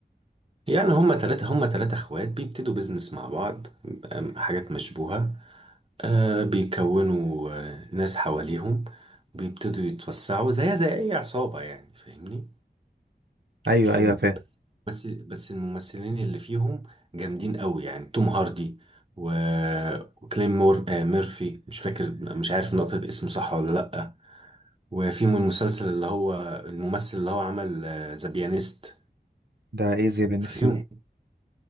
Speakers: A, on the right; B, on the right.
A: يعني هما تلاتة هما تلاتة اخوات بيبتدوا بيزنس مع بعض آم، حاجات مشبوهة آه بيكونوا آه ناس حواليهم بيبتدوا يتوسعوا زيها زي أي عصابة يعني فاهمني
B: ايوه
A: فيهم
B: ايوه فاهم
A: بس بس الممثلين اللي فيهم جامدين أوي يعني توم هاردي و... وكليم مور... آه ميرفي مش فاكر مش عارف نطق اسمه صح ولا لأ وفيهم المسلسل اللي هو الممثل اللي هو عمل ذا بيانيست
B: ده ايه زي بنس
A: ففيهم
B: ده